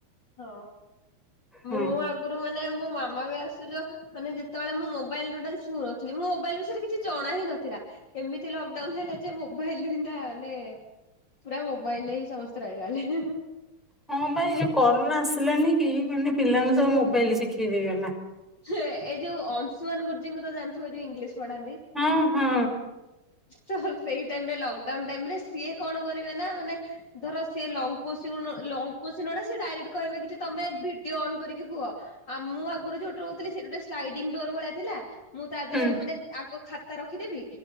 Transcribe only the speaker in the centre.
ହୁଁ
ହଁ ପା ଏଇ ଯୋଉ କରୋନା ଆସିଲାନି କି? ମାନେ ପିଲାଙ୍କୁ ସବୁ ମୋବାଇଲ ଶିଖେଇ ଦେଇଗଲା।
ହଁ ହଁ
ହୁଁ।